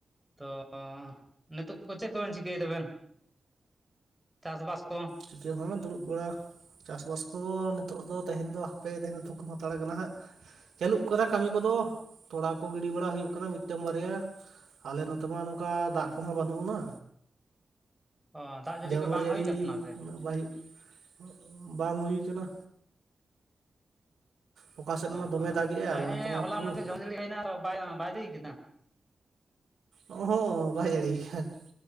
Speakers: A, in the centre; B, on the right.
A: ᱚ ᱱᱤᱛᱚᱜ ᱠᱚ ᱪᱮᱫ ᱠᱚᱵᱮᱱ ᱪᱤᱠᱟᱹᱭᱮ ᱫᱟᱵᱮᱱ ᱪᱟᱥᱵᱟᱥ ᱠᱚ
B: ᱪᱤᱠᱟᱹ ᱦᱚᱸᱵᱟᱝ ᱫᱩᱲᱩᱵ ᱵᱟᱲᱟ ᱪᱟᱥᱵᱟᱥ ᱠᱚᱫᱚ ᱱᱤᱛᱚᱜ ᱫᱚ ᱛᱮᱦᱮᱧ ᱫᱚ ᱦᱟᱯᱮ ᱛᱮᱦᱮᱧ ᱫᱚ ᱛᱷᱩᱠᱟᱹᱢ ᱦᱟᱛᱟᱲ ᱠᱟᱱᱟ ᱦᱟᱸᱜ ᱪᱟᱹᱞᱩᱜ ᱠᱟᱱᱟ ᱠᱟᱹᱢᱤ ᱠᱚᱫᱚ ᱛᱚᱲᱟ ᱠᱚ ᱜᱤᱲᱤ ᱵᱟᱲᱟ ᱦᱩᱭᱩᱜ ᱠᱟᱱᱟ ᱢᱤᱫᱴᱟᱝ ᱵᱟᱨᱭᱟ ᱟᱞᱮ ᱱᱚᱛᱮ ᱢᱟ ᱱᱚᱝᱠᱟ ᱫᱟᱜ
A: ᱟᱪᱪᱷᱟ
B: ᱠᱚᱦᱚᱸ
A: ᱟᱪᱪᱷᱟ
B: ᱵᱟᱹᱱᱩᱜ ᱟᱱᱟ
A: ᱚ ᱫᱟᱜ ᱡᱟᱹᱲᱤ
B: ᱡᱷᱟᱹᱣᱢᱟᱹᱨ
A: ᱠᱚ ᱵᱟᱝ
B: ᱡᱟᱹᱲᱤ
A: ᱦᱩᱭ ᱟᱠᱟᱱᱟ ᱥᱮ
B: ᱩᱱᱟᱹᱜ ᱵᱟᱭ ᱦᱩᱭᱩᱜ ᱵᱟᱝ ᱦᱩᱭᱠᱟᱱᱟ ᱚᱠᱟ ᱥᱮᱫ
A: ᱚᱸ
B: ᱢᱟ ᱫᱚᱢᱮ
A: ᱟᱸ
B: ᱫᱟᱜᱮᱜᱼᱟ
A: ᱛᱟᱦᱮᱸ
B: ᱟᱞᱮ ᱱᱚᱛᱮ ᱢᱟ
A: ᱦᱚᱞᱟ
B: ᱩᱠᱩᱨ
A: ᱢᱟᱫᱷᱮᱨ ᱡᱷᱚᱢᱚᱨ ᱡᱷᱟᱹᱲᱤ ᱦᱩᱭᱱᱟ ᱵᱟᱭ ᱞᱟᱹᱭ ᱠᱮᱫᱟ
B: ᱚ ᱦᱚᱸ ᱵᱟᱭ ᱡᱟᱹᱲᱤᱭᱟ ᱠᱟᱫᱟ